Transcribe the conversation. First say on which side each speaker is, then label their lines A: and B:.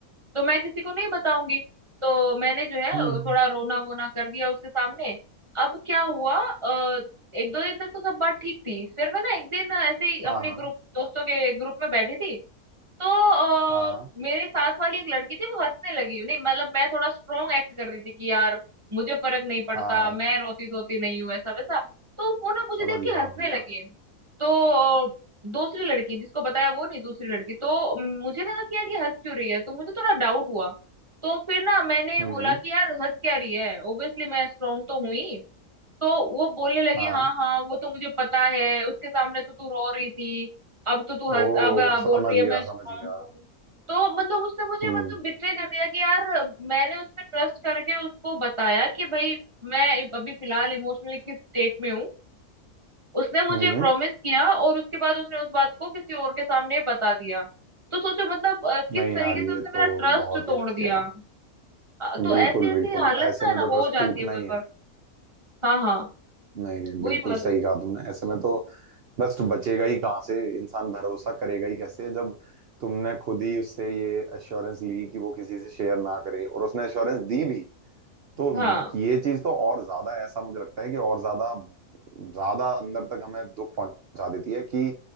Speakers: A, on the right; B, on the right.
A: तो मैं किसी को नहीं बताऊंगी तो मैंने जो है अ,
B: हम्म
A: थोड़ा रोना वोना कर दिया उसके सामने अब क्या हुआ अ, एक दो दिन तक तो सब बात ठीक थी फिर मैं ना एक दिन ऐसे ही
B: हाँ
A: अपने
B: हाँ
A: ग्रुप दोस्तों के ग्रुप में बैठी थी तो अ,
B: हाँ
A: मेरे साथ वाली एक लड़की थी वो हंसने लगी नहीं मतलब मैं थोड़ा स्ट्रोंग एक्ट कर रही थी कि यार मुझे फर्क नहीं पड़ता
B: हाँ हाँ हाँ हाँ
A: मैं रोती धोती नहीं हूँ ऐसा वैसा तो वो ना मुझे
B: समझ
A: देख के
B: गया
A: हंसने
B: समझ गया
A: लगी तो अ, दूसरी लड़की जिसको बताया वो नहीं दूसरी लड़की तो म, मुझे लगा कि यार ये हंस क्यों रही है तो मुझे थोड़ा डाउट हुआ तो फिर ना मैंने
B: हम्म
A: बोला कि यार हंस क्या रही है ओब्वियसली मैं स्ट्रोंग तो हुई तो वो बोलने लगी
B: हाँ
A: हाँ हाँ वो तो मुझे पता है उसके सामने तो तू रो रही थी अब तो तू हंस
B: ओ
A: अब आ, बोल
B: समझ
A: रही है
B: गया
A: मैं स्ट्रांग
B: समझ गया
A: हूँ तो मतलब उसने मुझे
B: हम्म
A: मतलब बिट्रे कर दिया कि यार मैंने उस पे ट्रस्ट करके उसको बताया कि भाई मैं अभी फिलहाल इमोशनली किस स्टेट में हूँ उसने मुझे
B: हम्म
A: प्रॉमिस किया और उसके बाद उसने उस बात को किसी और के सामने बता दिया तो सोचो मतलब अ, किस
B: नहीं
A: तरीके
B: यार ये
A: से उसने
B: तो
A: मेरा ट्रस्ट
B: बहुत
A: तोड़
B: गलत
A: दिया
B: किया
A: अ, तो
B: बिल्कुल
A: ऐसी
B: बिल्कुल
A: ऐसी हालत
B: ऐसे
A: ना है
B: में
A: ना
B: तो
A: हो
B: ट्रस्ट
A: जाती
B: टूटना
A: है बहुत
B: ही है
A: बार हाँ हाँ
B: नहीं नहीं
A: वही
B: बिल्कुल
A: बात
B: सही
A: है
B: कहा तुमने ऐसे में तो ट्रस्ट बचेगा ही कहाँ से इंसान भरोसा करेगा ही कैसे जब तुमने खुद ही उससे ये एश्योरेंस ली कि वो किसी से शेयर ना करे और उसने एश्योरेंस दी भी तो
A: हाँ
B: ये चीज तो और ज्यादा ऐसा मुझे लगता है कि और ज्यादा ज्यादा अंदर तक हमें दुख पहुंचा देती है कि